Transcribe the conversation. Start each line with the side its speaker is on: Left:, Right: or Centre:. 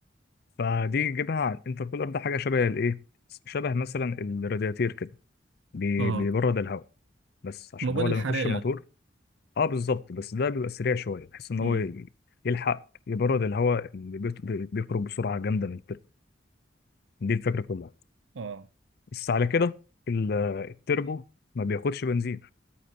Left: فدي يجيبها على الانتركولر ده حاجه شبه الايه شبه مثلا الرادياتير كده بي-
Right: اه
Left: بيبرد الهواء بس عشان
Right: المبيد
Left: هو لما
Right: الحراري
Left: يخش الموتور
Right: يعني
Left: اه بالظبط بس ده بيبقى سريع شويه بحيث ان
Right: مم.
Left: هو ي- يلحق يبرد الهواء اللي بيت- بي- بيخرج بسرعه جامده من التربو دي الفكره كلها
Right: اه
Left: بس على كده ال- التربو ما بياخدش بنزين